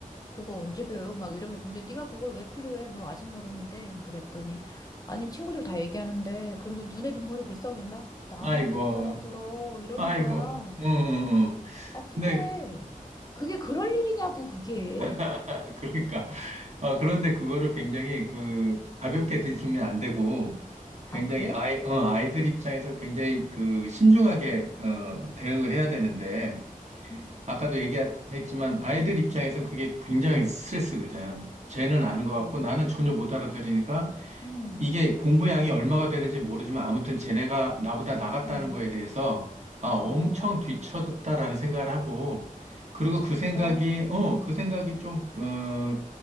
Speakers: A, on the left; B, on the right.
A: 그거 언제 배워요? 막 이러면서 근데 네가 그걸 왜 필요해? 너 아직 모르는데 그랬더니 아니 친구들 다 얘기하는데 그러면서 눈에 눈물이 글썽인다. 나만
B: 아이고,
A: 못 알아들어 이러는
B: 아이고,
A: 거야.
B: 음, 음, 음.
A: 아, 근데
B: 근데,
A: 그게 그럴 일이냐고, 그게.
B: <laughs> 그러니까, 어, 그런데 그거를 굉장히 그, 가볍게 들이면 안 되고, 굉장히
A: 아, 그래?
B: 아이, 어, 아이들 입장에서 굉장히 그, 신중하게, 어, 대응을 해야 되는데,
A: 응,
B: 아까도 얘기했지만, 아이들 입장에서 그게 굉장히 스트레스거든. 쟤는
A: 아,
B: 아는 것 같고,
A: 그래?
B: 나는 전혀 못 알아들으니까,
A: 음,
B: 이게 공부량이 얼마가 되는지 모르지만 아무튼 쟤네가 나보다 나갔다는
A: 음,
B: 거에 대해서 아, 엄청
A: 아,
B: 뒤처졌다라는 생각을 하고 그리고
A: 아, 진짜?
B: 그 생각이 어, 그 생각이 좀, 어,